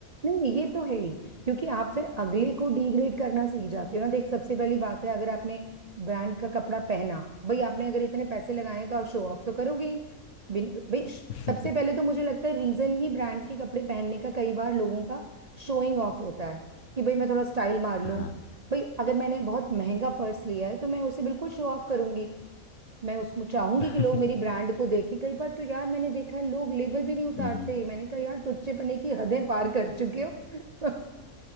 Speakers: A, on the right; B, on the left.
A: नहीं ये तो है ही क्योंकि आप फिर अगले को डिग्रेड करना सीख जाते हो ना देख सबसे पहली बात है अगर आपने ब्रांड का कपड़ा पहना भाई आपने अगर इतने पैसे लगाए हैं तो आप शो ऑफ तो करोगे ही। बिन भाई श-
B: हैं
A: सबसे पहले तो मुझे लगता है रीजन ही ब्रांड के कपड़े पहनने का कई बार लोगों का शोइंग ऑफ होता है कि भाई मैं थोड़ा स्टाइल मार लूं
B: <laughs> हाँ
A: भाई अगर मैंने बहुत महंगा पर्स लिया है तो मैं उसे बिल्कुल शो ऑफ करूंगी मैं उसमें चाहूंगी
B: <laughs>
A: कि लोग मेरी ब्रांड को देखें कई बार तो यार मैंने देखा है लोग लेबल भी नहीं उतारते
B: हम्म।
A: मैंने कहा यार टुच्चेपने की हदें पार कर चुके हो <laughs>